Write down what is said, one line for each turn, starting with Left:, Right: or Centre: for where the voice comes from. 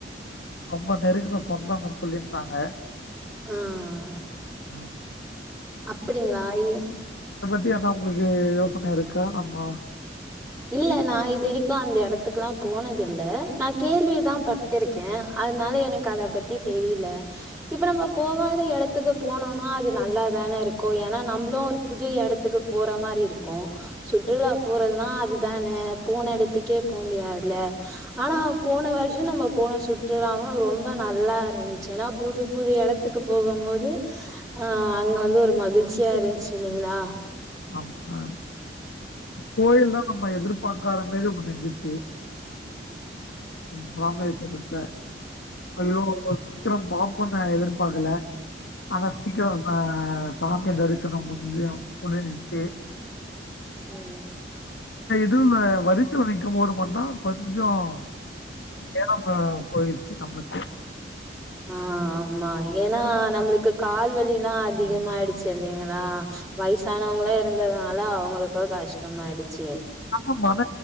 Left: ரொம்ப நெருங்கின சொந்தங்கன்னு சொல்லியிருந்தாங்க
Centre: ஆஹ்
Left: ம்.
Centre: அப்படிங்களா இல்
Left: இப்பயும் அதான் உங்களுக்கு யோசனை இருக்கா ஆம்மா
Centre: இல்ல நா இது வரைக்கு அந்த எடத்துக்குல்லா போனதில்ல நா கேள்விதா பட்டிருக்கே அதனால எனக்கு அத பத்தி தெரில இப்ப நம்ம போவாத எடத்துக்கு போனோன்னா அது நல்லா தான இருக்கு ஏன்னா நம்மளும் ஒரு புது எடத்துக்கு போற மாரி இருக்கு சுற்றுலா போறதுனா அது தான போன எடத்துக்கே போ முடியாதுல ஆனா போன வருஷம் நம்ம போன சுற்றுலாவும் ரொம்ப நல்லா இருந்துச்சு ஏன்னா புது புது எடத்துக்கு போகும் போது ஆஹ் அங்க வந்து ஒரு மகிழ்ச்சியா இருந்துச்சு இல்லீங்களா
Left: ஆம்மா கோயில்லா நம்ம எதிர்பாகாத மேறி ஒன்னு இருந்துச்சு உம் ராமேஸ்வரத்துல நமோ சீக்கிரம் பாப்போன்னு நா எதிர்பாக்கல ஆனா சீக்கிரம் நா சாமி தரிசனம் முடிஞ்சும் முடிஞ்சிடுச்சு
Centre: உம்
Left: குயூல வரிசைல நிக்கும் போது மட்டு கொஞ்சம் ஏல்லாம் ப போயிருச்சு நம்ளுக்கு
Centre: ஆஹ் ஆமா ஏன்னா நம்ளுக்கு கால் வலில்லா அதிகமாயிடுச்சு இல்லீங்களா வயசானவங்களே இருந்ததா அலோ அவங்களுக்கு கஷ்டமயிடுச்சு
Left: ஆனா மன